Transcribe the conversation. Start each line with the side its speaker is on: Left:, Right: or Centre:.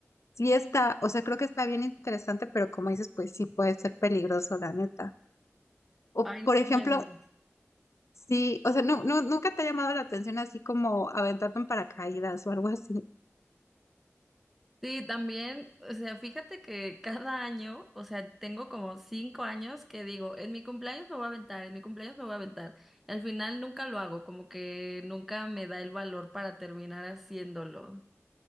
Left: sí está, o sea, creo que está bien interesante, pero como dices, pues sí puede ser peligroso, la neta. O,
Centre: Ay, no
Left: por ejemplo,
Centre: me digas.
Left: sí, o sea, no, no, nunca te ha llamado la atención así como aventarte en paracaídas o algo así.
Centre: Sí, también, o sea, fíjate que cada año, o sea, tengo como cinco años que digo, en mi cumpleaños me voy a aventar, en mi cumpleaños me voy a aventar. Y al final nunca lo hago, como que nunca me da el valor para terminar haciéndolo.